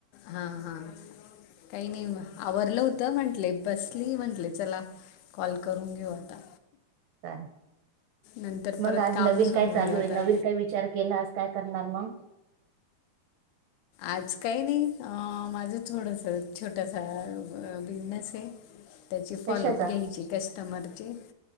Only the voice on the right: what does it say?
<unintelligible>
मग आज
नवीन
काय
चालू
आहे नवीन काय विचार केला आज काय काय? <unintelligible>
कशाचा